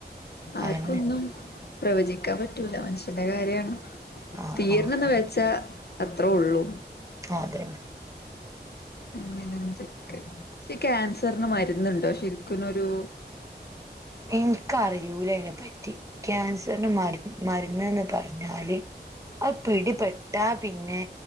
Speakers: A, on the left; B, on the right.
A: ആർക്കൊന്നും
B: അതന്നെ
A: പ്രവചിക്കാൻ പറ്റൂല മനുഷ്യന്റെ കാര്യാ ണ്
B: ആ
A: തീർന്നെന്ന്
B: ആ
A: വെ ച്ച അത്രോ ഉള്ളൂ
B: ആഹ് അത് രന്നെ
A: അങ്ങനെന്തൊക്കെ ഈ ക്യാൻസറിന് മരുന്നുണ്ടോ ശരിക്നൊരു
B: എനിക്കറിയൂല അയിനെ പറ്റി ക്യാൻസറിന് മരു മരുന്ന്ന്ന് പറ ഞ്ഞാല് അത് പിടിപെട്ടാ പിന്നെ